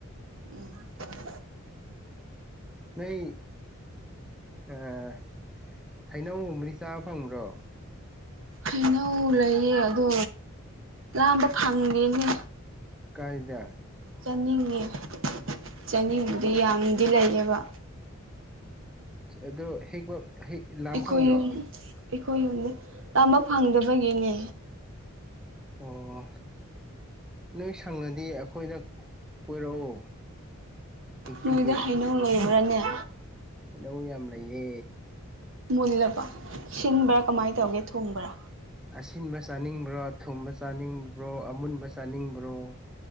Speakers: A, on the right (about 60°); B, in the centre.
A: ꯎꯝ
B: ꯅꯣꯏ ꯑꯥ ꯍꯩꯅꯧꯒꯨꯝꯕꯗꯤ ꯆꯥꯕ ꯐꯪꯕ꯭ꯔꯣ
A: ꯍꯩꯅꯧ ꯂꯩꯌꯦ ꯑꯗꯣ ꯂꯥꯝꯕ ꯐꯪꯗꯦꯅꯦ
B: ꯀꯥꯏꯗ
A: ꯆꯥꯅꯤꯡꯉꯦ ꯆꯥꯅꯤꯡꯕꯗꯤ ꯌꯥꯝꯗꯤ ꯂꯩꯌꯦꯕ
B: ꯑꯗꯣ ꯍꯦꯛꯄ ꯍꯦꯛ ꯂꯥꯝ
A: ꯑꯩꯈꯣꯏ
B: ꯐꯪꯗ꯭ꯔꯣ
A: ꯌꯨꯝ ꯑꯩꯈꯣꯏ ꯌꯨꯝꯗ ꯂꯦꯝꯕ ꯐꯪꯗꯕꯒꯤꯅꯦ
B: ꯑꯣ ꯅꯣꯏ ꯁꯪꯉꯗꯤ ꯑꯩꯈꯣꯏꯗ ꯀꯣꯏꯔꯛꯑꯣ ꯍꯦꯛꯄꯤꯒꯦ
A: ꯅꯣꯏꯗ ꯍꯩꯅꯧ ꯂꯩꯕ꯭ꯔꯥꯅꯦ
B: ꯍꯩꯅꯧ ꯌꯥꯝ ꯂꯩꯌꯦ
A: ꯃꯨꯜꯂꯕ ꯁꯤꯟꯕ꯭ꯔꯥ ꯀꯃꯥꯏꯅ ꯇꯧꯒꯦ ꯊꯣꯡꯕ꯭ꯔꯥ
B: ꯑꯁꯤꯟꯕ ꯆꯥꯅꯤꯡꯕ꯭ꯔꯣ ꯊꯨꯝꯕ ꯆꯥꯅꯤꯡꯕ꯭ꯔꯣ ꯑꯃꯨꯟꯕ ꯆꯥꯅꯤꯡꯕ꯭ꯔꯣ